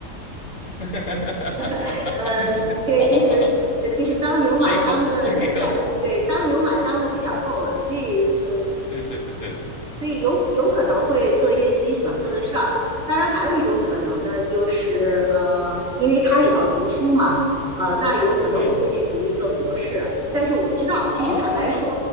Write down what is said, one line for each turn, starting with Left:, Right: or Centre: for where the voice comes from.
Left: <laughs>
Right: <laughs> 呃对，
Left: 我懂，
Right: 就是呃就是当牛马当的呃当呃对当牛马当的比较够了，
Left: 我懂，就累够了，<laughs> 累够了，
Right: 所以呃
Left: 是是是是，
Right: 所以有有可能会做一些自己喜欢做的事儿。当然，还有一种可能呢，就是呃，因为他也要读书嘛，呃，那有可能我会去读一个博士，
Left: 对
Right: 但是我不知道。其实坦白说，
Left: 啊，哈